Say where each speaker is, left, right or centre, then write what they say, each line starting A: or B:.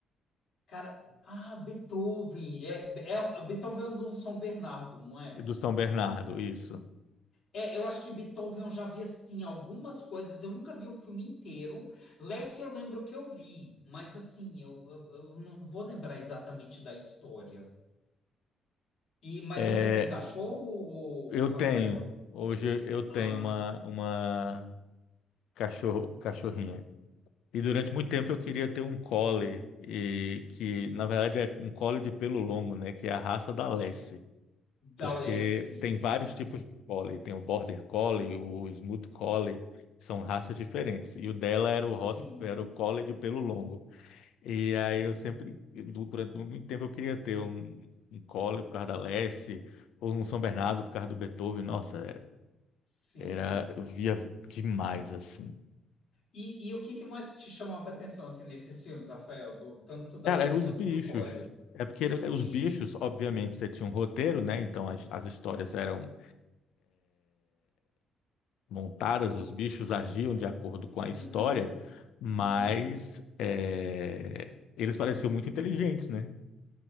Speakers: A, on the left; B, on the left.
A: Cara, ah, Beethoven. É, é, um, Beethoven é do São Bernardo, não é?
B: do São Bernardo, isso.
A: É, eu acho que Beethoven eu já vi assim algumas coisas. Eu nunca vi o filme inteiro. Lassie eu lembro que eu vi, mas assim, eu, eu, eu não vou lembrar exatamente da história. E, mas
B: É,
A: você tem cachorro, ô,
B: eu
A: ô, Rafael?
B: tenho, hoje eu tenho
A: Ah,
B: uma, uma cachorro, cachorrinha. E durante muito tempo eu queria ter um collie, e que na verdade é um collie de pelo longo, né, que é a raça da Lassie,
A: da
B: porque
A: Lassie.
B: tem vários tipos de collie, tem o Border Collie, o Smooth Collie, são raças diferentes. E o dela era o ros-
A: Sim.
B: era o collie de pelo longo. E aí
A: Hum,
B: eu sempre du- durante muito tempo eu queria ter um, um collie por causa da Lassie, ou um São Bernardo por causa do Beethoven. Nossa, é-
A: Sim.
B: era eu via demais assim.
A: E, e o que que mais te chamava a atenção assim, nesses filmes, Rafael? Do, tanto da
B: Cara,
A: Lassie
B: eram os
A: quanto
B: bichos.
A: do Colin?
B: É porque era-
A: Sim.
B: os bichos, obviamente, você tinha um roteiro, né? Então as, as histórias eram montadas, os bichos agiam de acordo com a história,
A: Uhum.
B: mas
A: Uhum.
B: é, eles pareciam muito inteligentes, né?